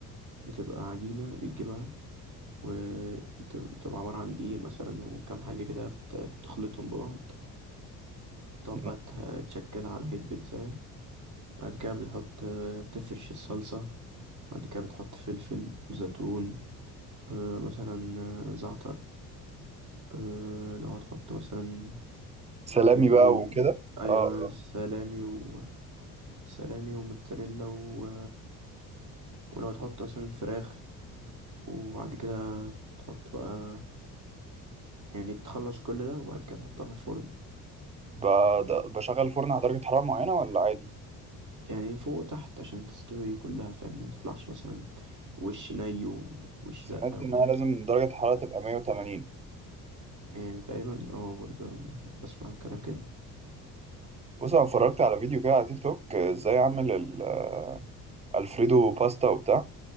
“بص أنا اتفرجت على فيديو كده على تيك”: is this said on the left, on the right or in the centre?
Right